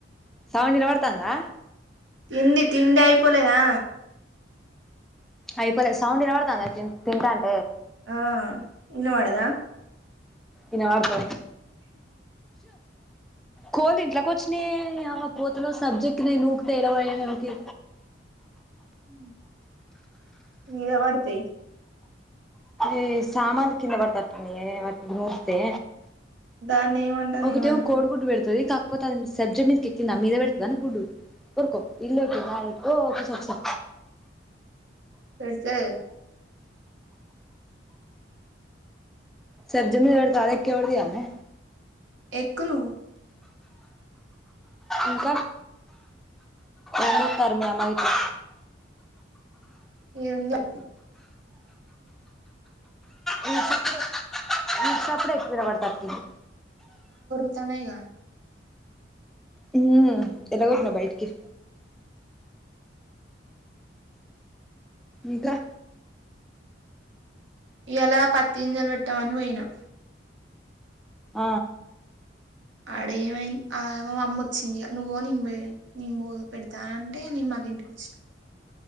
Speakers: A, in the centre; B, on the right (about 80°).
A: సౌండ్ కారతందా
B: తిండి తిండి అయిపోలేదా
A: అయిపోలే సౌండ్ కారుతుంది తింటాఉంటే
B: ఆ ఇన్న వాదా
A: ఇనా ఆడుతయి కోళ్ళు ఇంట్లోకి వచ్చినయిమ పోతను్ సబ్జెక్ట్ న నూకుతే ఎలాకి
B: ఉమ్ నువ్వు ఏవరితి
A: ఈ సామాన్లు కింద బడ్డట్లున్నాయి <unintelligible> నూర్తే
B: దాన్ని ఏమంటాం
A: ఒకటేమ
B: ఏమనకు
A: కోడిగుడ్టు
B: మరి
A: పెడుతుది కా పోతా సెబ్జ మీద కెక్కిందా మీద పెడతుదా కుడ్డు ఉర్కో ఇల్క న ఓఓకే స సార్
B: పెడితే
A: సబ్జా మీద పెడితే ఆడ ఎక్కి ఎవరు తీయాల్నే
B: ఎక్కు నువ్వు
A: ఇంకా ఎన్న పర్మియామ ఇతే
B: ఏందో
A: వీటి సప్పుడు వీటి సప్పుడే ఎక్కువ వినబడేతట్టుంది
B: స్తున్నాయిగా
A: హ్మ్ ఎలాగొట్నా బైటికి ఇంకా
B: ఈయాల పత్తి గింజలు పెట్టామని పోయినా
A: ఆ
B: ఆడేమైంది ఆ మా అమ్మ వచ్చింది ఇగ నువ్ పొ నేను పె నేనుపొ పెడతానంటే నేన్ మ మళ్లీ ఇంటికొచ్చిన